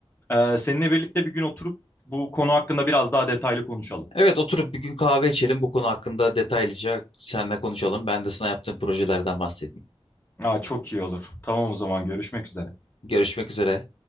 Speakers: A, on the left (about 20°); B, on the left (about 65°).
A: Ee, seninle birlikte bir gün oturup bu konu hakkında biraz daha detaylı konuşalım.
B: Evet, oturup bir gün kahve içelim bu konu hakkında detaylıca seninle konuşalım. Ben de sana yaptığım projelerden bahsedeyim.
A: Aa, çok iyi olur. Tamam o zaman görüşmek üzere.
B: Görüşmek üzere.